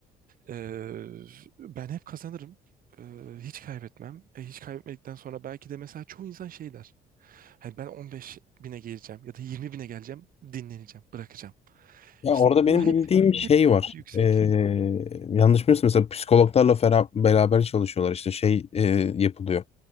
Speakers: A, on the right; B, on the left.
A: e, ben hep kazanırım. E, hiç kaybetmem. E, hiç kaybetmedikten sonra belki de mesela çoğu insan şey der. Hani ben 15 bine geleceğim ya da 20 bine geleceğim dinleneceğim bırakacağım.
B: Ya
A: İşte
B: orada
A: o
B: benim
A: hep
B: bildiğim
A: hep
B: şey
A: hep
B: var.
A: yüksek.
B: Ee, yanlış bilmiyorsam mesela psikologlarla fera- beraber çalışıyorlar. İşte şey e, yapılıyor.